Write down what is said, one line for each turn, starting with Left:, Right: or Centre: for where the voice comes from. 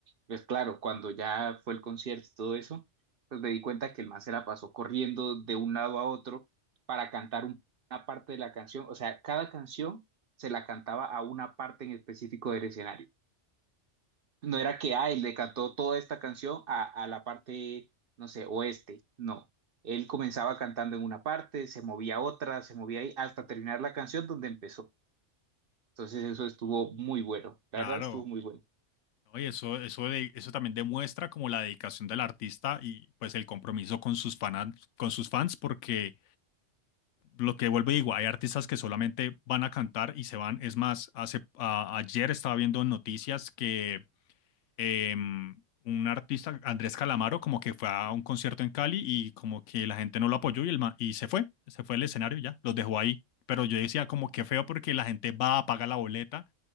Right: Pues claro, cuando ya fue el concierto y todo eso, pues me di cuenta que el man se la pasó corriendo de un lado a otro para cantar un- una parte de la canción, o sea, cada canción se la cantaba a una parte en específico del escenario. No era que, ay, le cantó toda esta canción a, a la parte, no sé, oeste. No. Él comenzaba cantando en una parte, se movía a otra, se movía ahí, hasta terminar la canción donde empezó. Entonces eso estuvo muy bueno. La
Left: claro.
Right: verdad estuvo muy bueno.
Left: ¿no? Y eso, eso, de- eso también demuestra como la dedicación del artista y pues el compromiso con sus fanas- con sus fans, porque lo que vuelve digo, hay artistas que solamente van a cantar y se van. Es más, hace, a- ayer estaba viendo en noticias que em, un artista, Andrés Calamaro, como que fue a un concierto en Cali y como que la gente no lo apoyó y, el ma- y se fue, se fue del escenario y ya, los dejó ahí. Pero yo decía como que feo porque la gente va, paga la boleta